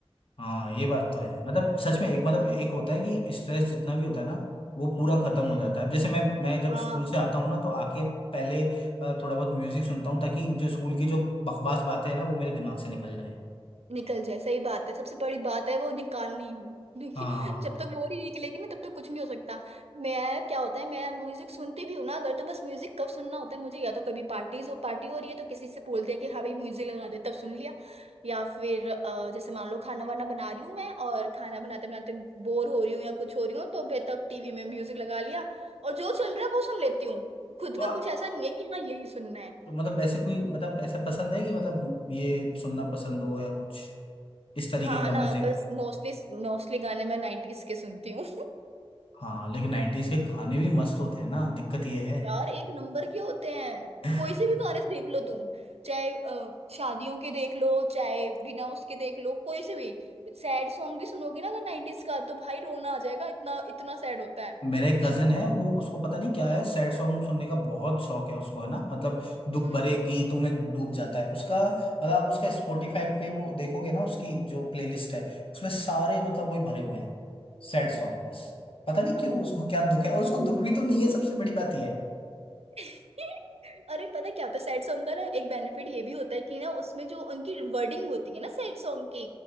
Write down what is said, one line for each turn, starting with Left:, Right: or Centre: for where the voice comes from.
Left: हाँ ये बात तो है मतलब सच में एक मतलब
Right: हम्म
Left: एक होता है कि स्ट्रेस जितना भी होता है ना वो पूरा खत्म
Right: हम्म
Left: हो जाता है अब जैसे मैं मैं जब
Right: हाँ
Left: स्कूल से आता हूँ ना तो आके पहले अ, थोड़ा बहुत म्यूजिक सुनता हूँ ताकि जो स्कूल की जो बकवास बातें हैं ना वो मेरे दिमाग से निकल जाए
Right: निकल जाए सही बात है सबसे बड़ी बात है वो निकालनी क्योंकि
Left: हाँ
Right: जब तक वो नहीं निकलेगी ना तब तक कुछ नहीं हो सकता मैं क्या होता है मैं म्यूजिक सुनती भी हूँ ना अगर तो बस म्यूजिक कब सुनना होता है मुझे या तो कभी पार्टीज हो पार्टी हो रही है तो किसी से बोल दिया कि हाँ भाई म्यूजिक लगा दे तब सुन लिया या फिर अ, जैसे मान लो खाना वाना बना रही हूँ मैं और खाना बनाते बनाते बोर हो रही हूँ या कुछ हो रही हूँ तो मैं तब टीवी में म्यूजिक लगा लिया और जो चल रहा है वो सुन लेती हूँ खुद
Left: तो,
Right: का
Left: आ,
Right: कुछ ऐसा नहीं है कि हाँ यही सुनना है
Left: तो मतलब वैसे कोई मतलब ऐसा पसंद है कि मतलब ये सुनना पसंद हो या कुछ इस तरीके
Right: हाँ
Left: का
Right: ना
Left: म्यूजिक
Right: बस मोस्टली मोस्टली गाने मैं नाइन्टीज के सुनती हूँ
Left: हाँ लेकिन नाइन्टीज के गाने भी मस्त होते हैं ना दिक्कत ये है
Right: यार एक नंबर के होते हैं कोई
Left: <laughs>
Right: से भी गाने देख लो तुम चाहे अ, शादियों के देख लो चाहे बिना उसके देख लो कोई से भी सैड सॉन्ग भी सुनोगे ना अगर 90s का तो भाई रोना आ जाएगा इतना इतना सैड होता है
Left: मेरा एक कजन है वो उसको पता नहीं क्या है सैड सॉन्ग सुनने का बहुत शौक है उसको है ना मतलब दुख
Right: हम्म
Left: भरे गीतों में डूब जाता है उसका मतलब आप उसका स्पॉटिफाई पे वो देखोगे ना उसकी जो प्लेलिस्ट है उसमें सारे मतलब वही भरे हुए हैं सैड सॉन्ग बस पता नहीं
Right: हाँ
Left: क्यों उसको क्या दुख है और उसको दुख भी तो नहीं है सबसे बड़ी बात यह है
Right: <laughs> अरे पता क्या होता है सैड सॉन्ग का ना एक बेनिफिट ये भी होता है कि ना उसमें जो उनकी वर्डिंग होती है ना सैड सॉन्ग की